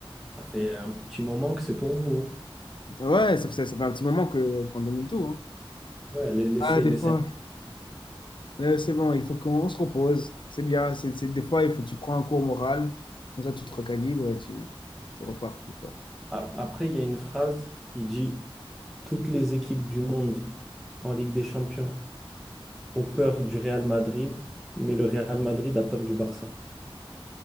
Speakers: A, in the centre; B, on the left.
A: Ça fait un petit moment que c'est pour vous. hein.
B: Ouais, ça, fait ça fait un petit moment que qu'on domine tout. hein.
A: Ouais, la- laissez,
B: Ah, des
A: laissez.
B: fois, euh, c'est bon, il faut qu'on se repose. C'est bien. C'est, c'est- des fois, il faut tu prends un cours moral. Comme ça, tu te recalibres et tu, tu repars plus fort.
A: A- Après, il y a une phrase, il dit, toutes les équipes du monde en Ligue des Champions ont peur du Real Madrid, mais le Real Madrid a peur du Barça.